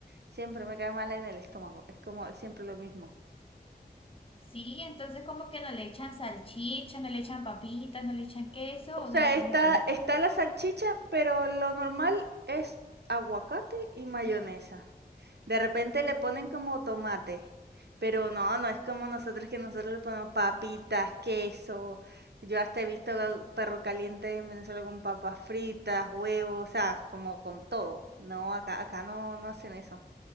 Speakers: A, on the right; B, on the left.
A: siempre me cae mal en el estómago, es como siempre lo mismo.
B: Sí, entonces como que no le echan salchicha, no le echan papitas, no le echan queso,
A: O
B: o
A: sea,
B: solo
A: está,
B: como,
A: está la salchicha, pero lo normal es aguacate y mayonesa. De repente le ponen como tomate, pero no, no es como nosotros que nosotros le ponemos papitas, queso. Yo hasta he visto ga- perro caliente en Venezuela con papas fritas, huevos, o sea, como con todo. No, acá, acá no, no hacen eso.